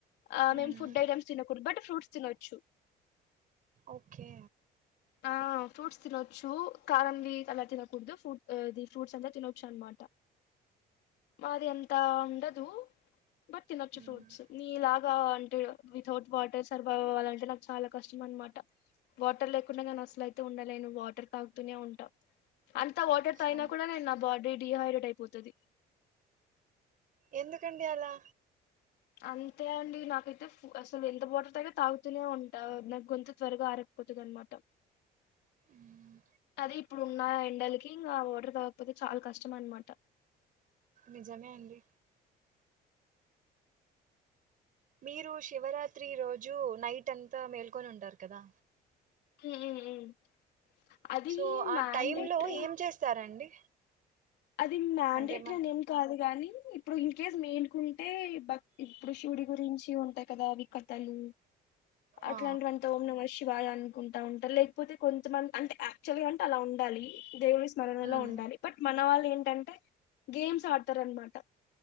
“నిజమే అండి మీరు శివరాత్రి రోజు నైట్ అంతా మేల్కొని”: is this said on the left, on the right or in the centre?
Right